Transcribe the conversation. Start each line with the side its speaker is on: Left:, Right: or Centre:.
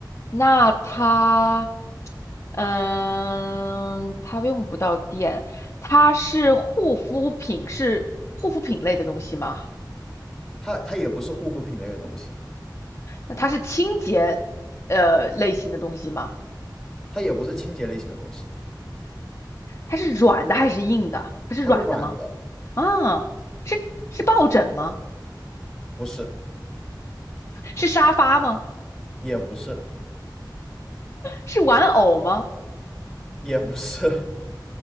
Left: 那它，嗯，它用不到电，它是护肤品，是护肤品类的东西吗？
Centre: 它它也不是护肤品类的东西，
Left: 那它是清洁，呃，类型的东西吗？
Centre: 它也不是清洁类型的东西，
Left: 它是软的还是硬的？它是软的吗？
Centre: 它是软的。
Left: 啊，是是抱枕吗？
Centre: 不是，
Left: 是沙发吗？
Centre: 也不是，
Left: 是玩偶吗？
Centre: 也不是，<laughs>